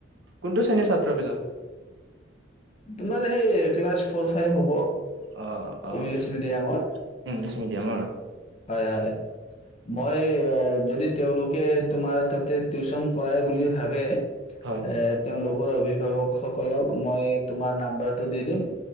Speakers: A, on the right; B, on the left.
A: কোনটো শ্ৰেণীৰ ছাত্ৰবিলাক
B: তোমাৰ সেই ক্লাছ ফ'ৰ ফাইভ হ'ব।
A: অ', অ',
B: ইংলিছ মিডিয়ামৰ
A: ইংলিছ। মিডিয়ামাৰ
B: হয়, হয় মই যদি তেওঁলোকে তোমাৰ তাতে টিউচন কৰাই বুলি ভাবে
A: হয়
B: এ, তেওঁ ল অভিভাৱকসকলক মই তোমাৰ নাম্বাৰটো দি দিম।